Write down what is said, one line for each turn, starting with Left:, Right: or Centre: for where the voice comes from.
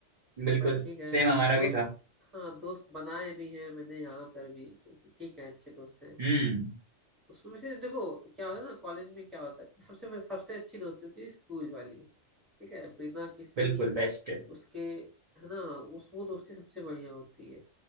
Right: बिल्कुल
Centre: बट ठीक है
Right: सेम हमारा
Centre: दोस्त
Right: भी था
Centre: हाँ दोस्त बनाए भी हैं मैंने यहाँ पर भी जो कि ठीक है अच्छे दोस्त हैं
Right: हम्म
Centre: उसमें भी से देखो क्या होता है ना कॉलेज में क्या होता है सबसे सबसे अच्छी दोस्ती होती है स्कूल वाली ठीक है बिना किसी
Right: बिल्कुल बेस्ट
Centre: उसके है ना उस वो दोस्ती सबसे बढ़िया होती है